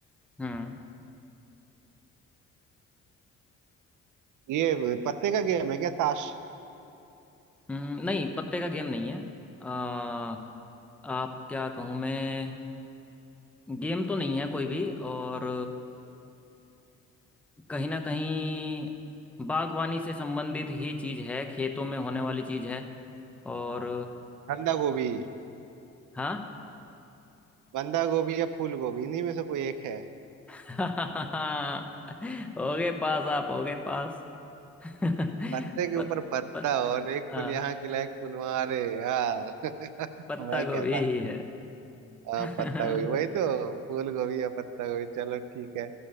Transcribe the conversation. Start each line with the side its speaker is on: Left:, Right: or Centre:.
Centre: हम्म
Right: ये पत्ते का गेम है क्या ताश
Centre: हम्म, नहीं पत्ते का गेम नहीं है आ, आप क्या कहूँ मैं गेम तो नहीं है कोई भी और कहीं ना कहीं बागवानी से संबंधित ही चीज है खेतों में होने वाली चीज है और
Right: बंदा गोभी
Centre: हाँ
Right: बंदा गोभी या फूल गोभी इन्हीं में से कोई एक है
Centre: <laughs> हो गए पास आप हो गए पास <laughs> पत
Right: पत्ते के ऊपर पत्ता
Centre: पत
Right: और एक
Centre: हाँ,
Right: फूल यहाँ खिला एक फूल वहाँ अरे यार
Centre: पत्ता
Right: मैं
Centre: गोभी
Right: कैसा
Centre: ही है
Right: हाँ
Centre: <laughs>
Right: पत्ता
Centre: हम्म
Right: गोभी वही तो फूल गोभी या पत्ता गोभी चलो ठीक है